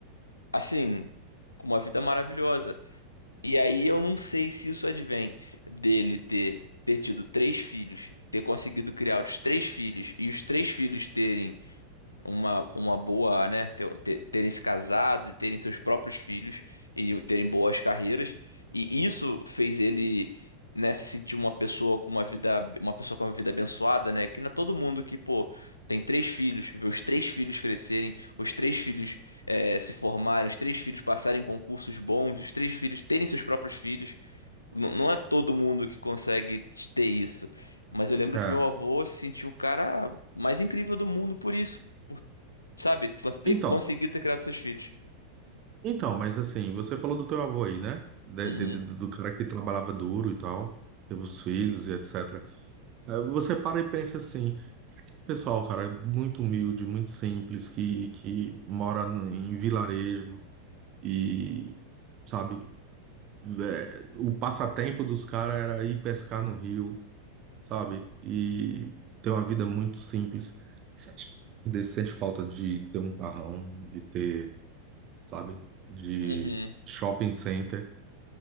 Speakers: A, on the left; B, on the right.
A: assim, com uma vida maravilhosa. E aí eu não sei se isso advém dele ter ter tido três filhos, ter conseguido criar os três filhos e os três filhos terem uma, uma boa, né, ter- ter- terem se casado, terem seus próprios filhos e terem boas carreiras. E isso fez ele, né, se sentir uma pessoa com uma vida, uma pessoa com uma vida abençoada, né? Que não é todo mundo que, pô, tem três filhos, vê os três filhos crescerem, os três filhos eh, se formarem, os três filhos passarem em concursos bons, os três filhos terem seus próprios filhos. N- não é todo mundo que consegue ter isso. Mas eu lembro
B: É.
A: que meu avô se sentiu o cara mais incrível do mundo por isso Sabe? Cons- ter-
B: Então,
A: Conseguir ter criado seus filhos.
B: então, mas assim, você falou do teu avô aí, né? De-
A: Uhum,
B: de- de- do cara que trabalhava duro e tal, teve os filhos e etc. É, Você para e pensa assim, pessoal, cara, muito humilde, muito simples, que, que mora no- em vilarejo e, sabe, é, o passatempo dos caras era ir pescar no rio sabe? E ter uma vida muito simples. Você acha que sente falta de ter um carrão, de ter, sabe? De
A: uhum,
B: shopping center.